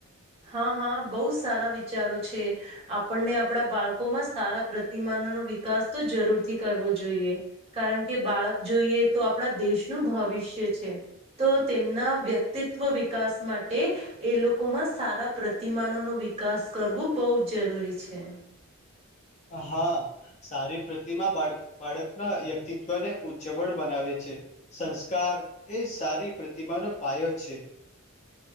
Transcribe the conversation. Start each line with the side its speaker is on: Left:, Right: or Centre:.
Right: હા હા બહુ સારા વિચારો છે આપણને આપણા બાળકોમાં સારા પ્રતિમાનો વિકાસ તો જરૂર થી કરવો જોઈએ કારણ કે બાળક જોઈએ તો આપણા દેશનું ભ ભવિષ્ય છે તો તેમના વ્યક્તિત્વ વિકાસ માટે એ લોકોમાં સારા પ્રતિમાનોનો વિકાસ કરવો બહુ જ જરૂરી છે
Left: હા સારી પ્રતિમા બાળ બાળકના વ્યક્તિત્વ ને ઉ્જવળ બનાવે છે સંસ્કાર એ સારી પ્રતિમાનો પાયો છે